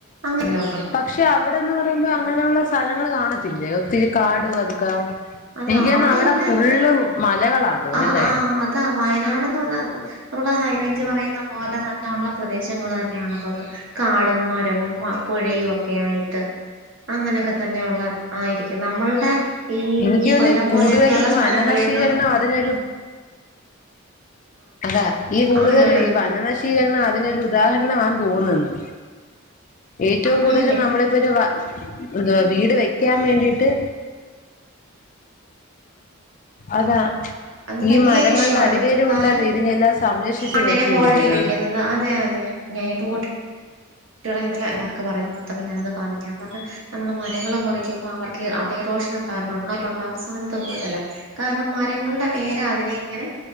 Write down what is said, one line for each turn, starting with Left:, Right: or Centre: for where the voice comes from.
Right: അങ്ങനോ
Left: പക്ഷെ അവിടെന്ന് പറയുമ്പോ അങ്ങനെയുള്ള സ്ഥലങ്ങള്ൾ കാണത്തില്ലേ ഒത്തിരി കാട് അതക്കാ
Right: അതാ
Left: എനിക്ക് തന്ന അവിടെ
Right: എല്ലാം
Left: ഫുള്ള്
Right: ഇങ്ങനെ
Left: മലകളാ തോന്നല്ലേ
Right: ആഹ് ആഹ് വയനാട്ന്ന് പറഞ്ഞ നമ്മള് ഹൈ റേഞ്ച് പറയുന്ന പോലെ തന്നെ ഉള്ള പ്രദേശങ്ങൾ തന്നെയാണല്ല അത് കാടും മരവും പുഴയും ഒക്കെ ആയിട്ട് അങ്ങനെയൊക്കെ തന്നെയള്ള ആയിരിക്കും നമ്മളുടെ ഈ
Left: എനിക്ക് തോന്നുന്നു
Right: കൊല്ലം
Left: കൂടുതൽ
Right: പോലെയൊക്കെയള്ള
Left: ഈ
Right: സ്ഥലങ്ങളിൽന്നും
Left: വനനശീകരണം അതിനൊരു അതാ ഈ കൂടുതലും
Right: ആണാണ്
Left: ഈ വനനശീകരണം അതിനൊരു ഉദാഹരണമാ തോന്നുന്നു ഏറ്റവും കൂടുതൽ
Right: ആണെന്നേ
Left: നമ്മളിപ്പോ ഒരു എന്തവാ വീട് വെക്കാൻ വേണ്ടിട്ട് അതാ
Right: അത് വലിയൊരു
Left: ഈ മരങ്ങളുടെ
Right: ഇഷ്യൂ
Left: അടിവേര്
Right: ആണ് കാരണം
Left: കൊണ്ടല്ലേ ഇതിനെല്ലാം സംരക്ഷിച്ചച്ച്
Right: മണ്ണിനെ
Left: വീർത്തിയിരിക്കുന്നു
Right: ഹോൾഡ് ചെയ്ത് വെക്കുന്നത് അതെ ഞാനിപ്പോ കുട്ടികളന്നല്ലർക്കും പറഞ്ഞഞ് കൊടുത്തപ്പോ ഞാനത് പറഞ്ഞ പറഞ്ഞ നമ്മള് മരങ്ങള്ൾ മുറിക്കുമ്പോ അവർക്ക് അവിടെ റോഷൻ ഉണ്ടാവാൻ മണ്ണെല്ലാം ഉണ്ടാവാൻ സാധ്യത പോലതല്ല കാരണം മരങ്ങളുടെ വേരാ അതിനെ ഇങ്ങനെ